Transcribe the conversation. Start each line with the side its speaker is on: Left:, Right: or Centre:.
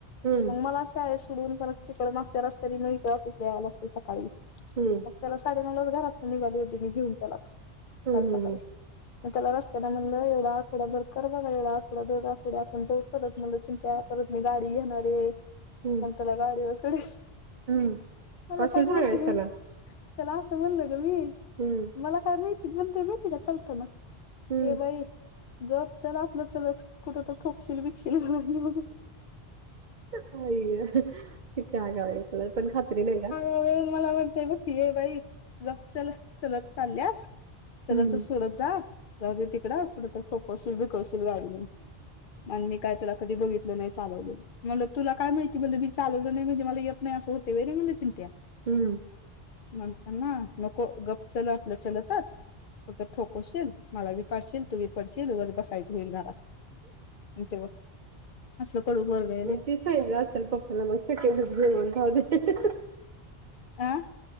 Right: हम्म
Left: मग मला शाळेत सोडून परत तिकडे मागच्या रस्त्यांनी मग इकड ऑफिस यावं लागत सकाळी.
Right: ह्म.
Left: मग त्याला साडे-नऊलाच घरातून निघाली होतीे मी घेऊन त्याला,
Right: हम्म
Left: काल सकाळी. मग त्याला रस्त्यानं म्हणलं एवढा आठवडाभर कर बाबा, एवढा आठवडा, दोन आठवडा आपण जाऊ चलत म्हणलं चिंता परत मी गाडी घेणार आहे,
Right: हम्म
Left: मग त्याला गाडीवर सोडीन.
Right: हम्म
Left: मला
Right: कशी
Left: काय
Right: सांगायच
Left: म्हणतंय,
Right: त्याला
Left: त्याला असं म्हणलं ग मी.
Right: ह्म.
Left: मला काय माहिती म्हणतोय माहितीय का चलताना,
Right: हम्म
Left: ये बाई गप चल आपलं चलत, कुठं तरी ठोकशील-बिकशील मला नेऊन.
Right: आई. तितका आगाव आहे, तेला पण खात्री नाही ना?
Left: <unintelligible> म्हणतोय बघ. ये बाई गप चल चलत चालल्यास
Right: हम्म
Left: त्याला तर सोडत जा. जाऊदे तिकडं, कुठं तरी ठोकवशील-बीकवशील गाडीनं आणि मी काय तुला कधी बघितलं नाही चालवलेलं. म्हणलं तुला काय माहिती म्हणलं मी चालवलं नाही म्हणजे मला येत नाही असं होतंय होय रे म्हणलं चिंट्या.
Right: हम्म.
Left: म्हणतान नको गप्प चल आपलं चलतचं कुठं तर ठोक वशील मला बी पाडशील तू बी पडशील उगंच बसायचं होईल घरात अन् ते असलं कडू पोरगं हाय.
Right: तीच आहे गं आजकाल <unintelligible> जेवण राहुदे.
Left: आ.